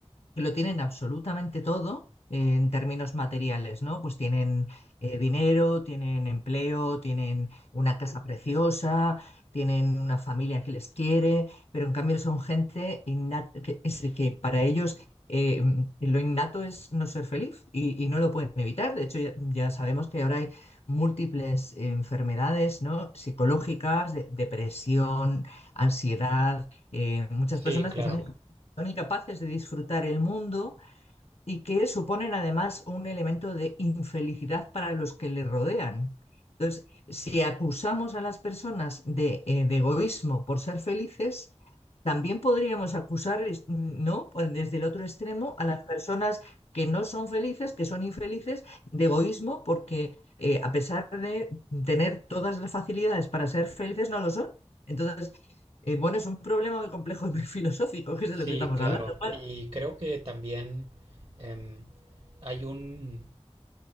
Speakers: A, on the left; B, on the right.
A: que lo tienen absolutamente todo eh, en términos materiales, ¿no? Pues tienen eh, dinero, tienen empleo, tienen una casa preciosa, tienen una familia que les quiere, pero en cambio son gente innata, que, es de que para ellos eh, lo innato es no ser feliz y, y no lo pueden evitar. De hecho, ya, ya sabemos que ahora hay múltiples eh, enfermedades, ¿no? psicológicas, de- depresión, ansiedad, eh, muchas
B: sí,
A: personas
B: claro.
A: que son son incapaces de disfrutar el mundo y que suponen además un elemento de infelicidad para los que le rodean. Entonces, si acusamos a las personas de, eh, de egoísmo por ser felices, también podríamos acusar, ¿no? Pues Desde el otro extremo a las personas que no son felices, que son infelices, de egoísmo porque eh, a pesar de tener todas las facilidades para ser felices, no lo son. Entonces, eh, bueno, es un problema muy complejo y muy <laughs> filosófico, que es de
B: Sí,
A: lo que estamos
B: claro.
A: hablando. ¿vale?
B: Y creo que también em, hay un,